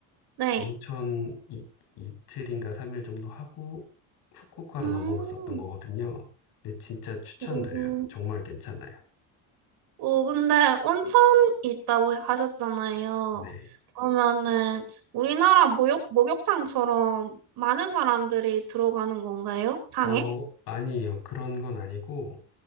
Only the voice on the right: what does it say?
네.
음.
오.
오, 근데 온천 있다고 하셨잖아요.
그러면은 우리나라 목욕, 목욕탕처럼 많은 사람들이 들어가는 건가요? 당에?